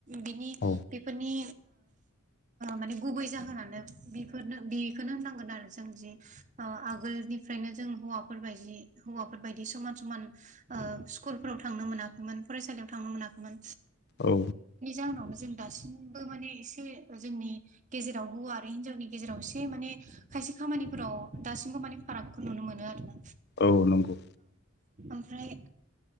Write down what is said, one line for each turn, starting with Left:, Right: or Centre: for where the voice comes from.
Right: बिनि
Left: औ
Right: बेफोरनि माने गुबै जाहोनानो बेफोरनो बेखौनो होननांगोन आरो जों जि आगोलनि बेनिफ्रायनो जों हौवाफोरबायदि हौवाफोरबायायदि समान समान स्कुलफोराव थांनो मोनाखैमोन फरायसालियाव थांनो मोनाखैमोन
Left: औ
Right: नावनो जों दासिमबो माने एसे जोंनि गेजेराव हौवा आरो हिनजावनि गेजेराव एसे माने खायसे खामानिफोराव दासिमबो माने फारागखौ नुनो मोनो आरो ना
Left: औ नंगौ
Right: ओमफ्राय